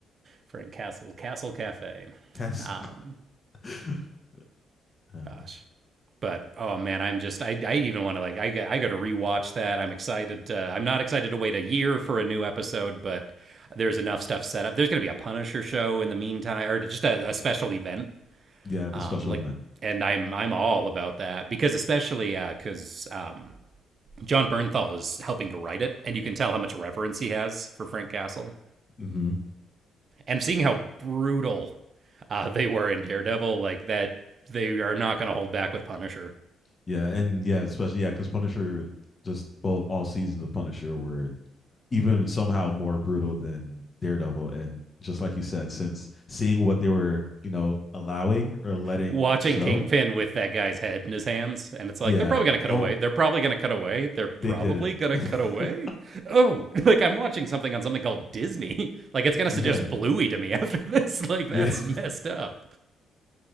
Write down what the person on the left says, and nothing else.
Yes.
<laughs> Oh,
yeah, the
special
event.
Mm-hmm.
Yeah, and yeah, especially yeah, because Punisher just both all seasons of Punisher were even somehow more brutal than Daredevil. And just like you said, since seeing what they were, you know, allowing or letting
show,
yeah.
Oh,
they didn't.
<laughs>
yeah,
yeah,